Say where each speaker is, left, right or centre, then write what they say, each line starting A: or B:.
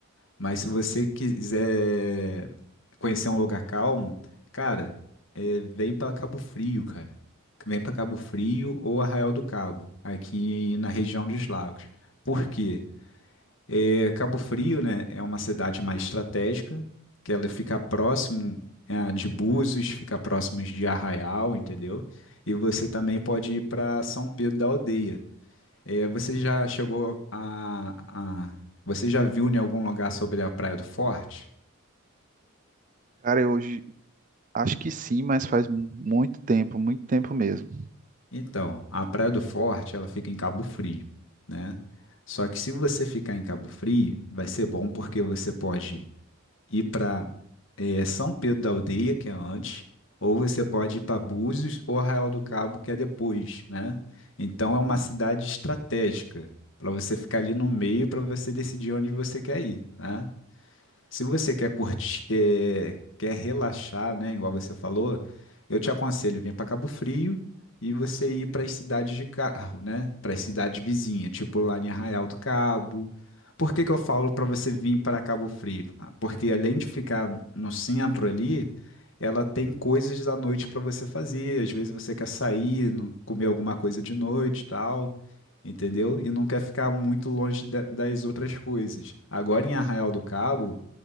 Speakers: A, on the left (about 60°); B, on the right (about 35°).
A: Mas se você quiser conhecer um lugar calmo, cara, é, vem pra Cabo Frio, cara. Vem pra Cabo Frio ou Arraial do Cabo, aqui na região dos lagos. Por quê? É, Cabo Frio, né, é uma cidade mais estratégica, que ela fica próximo, eh, de Búzios, fica próximo de Arraial, entendeu? E você também pode ir para São Pedro da Aldeia. Eh, você já chegou a, a- Você já viu em algum lugar sobre a Praia do Forte?
B: Cara, eu hoje acho que sim, mas faz mu- muito tempo, muito tempo mesmo.
A: Então, a Praia do Forte, ela fica em Cabo Frio, né? Só que se você ficar em Cabo Frio, vai ser bom porque você pode ir para São Pedro da Aldeia, que é antes, ou você pode ir para Búzios ou Arraial do Cabo, que é depois, né? Então é uma cidade estratégica para você ficar ali no meio para você decidir onde você quer ir, né? Se você quer curtir, eh, quer relaxar, né, igual você falou, eu te aconselho vir para Cabo Frio e você ir para as cidades de carro, né? Para as cidades vizinhas, tipo lá em Arraial do Cabo. Por que que eu falo para você vir para Cabo Frio? Ah, Porque além de ficar no centro ali, ela tem coisas da noite para você fazer. Às vezes você quer sair, não- comer alguma coisa de noite, e tal. Entendeu? E não quer ficar muito longe da- das outras coisas. Agora em Arraial do Cabo,